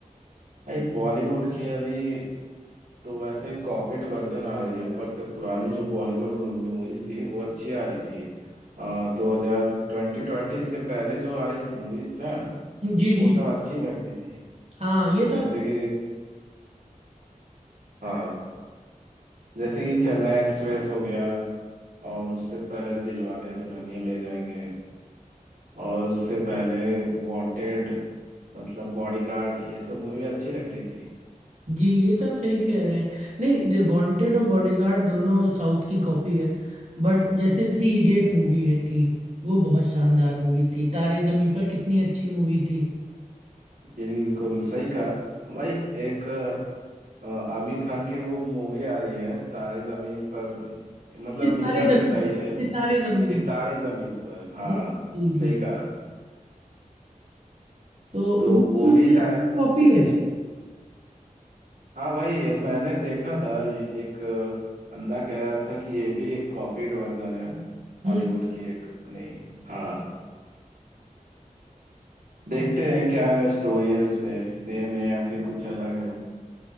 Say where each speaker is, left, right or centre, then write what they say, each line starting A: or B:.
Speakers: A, on the right; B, on the right.
A: भाई बॉलीवुड के अभी तो वैसे कॉपीड वर्जन आ रही है बट पुरानी जो बॉलीवुड मूवीज थी वो अच्छी आ रही थी आ, दो हजार ट्वेंटी ट्वेंटी इसके पहले जो आ रही थी मूवीज ना
B: जी जी
A: वो
B: जी
A: सब अच्छी लगती थी
B: हाँ ये
A: जैसे
B: तो आप
A: कि हाँ जैसे कि चेन्नई एक्सप्रेस हो गया और उससे पहले दिलवाले दुल्हनिया ले जाएंगे और उससे पहले वांटेड मतलब बॉडीगार्ड ये सब मूवी अच्छी लगती थी
B: जी ये तो आप सही कह रहे हैं नहीं वांटेड और बॉडीगार्ड दोनों साउथ की कॉपी है बट जैसे थ्री इडियट मूवी है थी वो बहुत शानदार मूवी थी तारे जमीन पर कितनी अच्छी मूवी थी
A: बिल्कुल सही कहा भाई एक अ, आमिर खान की वो मूवी आ रही है तारे जमीन पर मतलब
B: सितारे
A: मिलता
B: जमीन
A: जुलता ही
B: पर
A: है
B: सितारे जमीन
A: फिर तारे
B: पर
A: जमीन पर हाँ
B: जी जी जी
A: सही कहा
B: तो
A: तो
B: वो तो
A: वो
B: मतलब
A: भी शायद
B: कॉपी
A: अच्छा।
B: है
A: हाँ भाई मैंने देखा था एक बंदा कह रहा था कि ये भी एक कॉपीड वर्जन है
B: हम्म
A: हॉलीवुड की एक नहीं हाँ देखते हैं क्या स्टोरी है उस पे सेम है या फिर कुछ अलग है